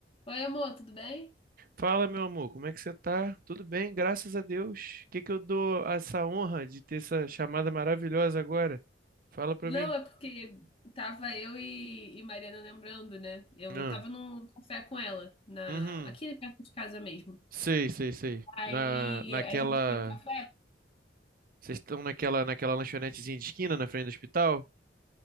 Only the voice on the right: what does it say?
Fala, meu amor, como é que você tá? Tudo bem, graças a Deus. O que que eu dou essa honra de ter essa chamada maravilhosa agora? Fala pra
mim.
Ah,
uhum.
Sei, sei, sei.
Na, naquela.
Vocês estão naquela, naquela lanchonetezinha de esquina na frente do hospital?